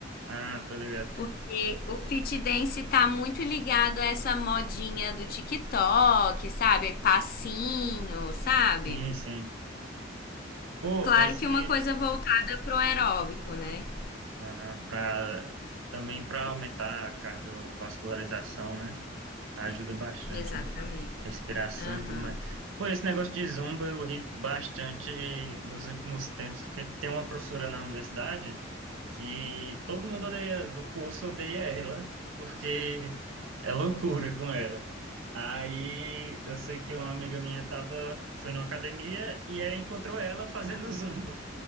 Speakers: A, on the right; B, on the left.
A: Ah, tô ligado.
B: Porque o fit dance tá muito ligado a essa modinha do TikTok, sabe? Passinho, sabe?
A: Sim, sim. Pô,
B: Claro
A: esse,
B: que uma coisa voltada pro aeróbico, né?
A: Aham, pra, também para aumentar a cardiovascularização, né? Ajuda bastante,
B: Exatamente.
A: né? Respiração
B: Aham.
A: e tudo mais. Pô, esse negócio de zumba eu ri bastante nos últimos tempos, porque tem uma professora na universidade que todo mundo odeia, do curso odeia ela, porque é loucura com ela. Aí eu sei que uma amiga minha tava, foi numa academia e aí encontrou ela fazendo <laughs> zumba.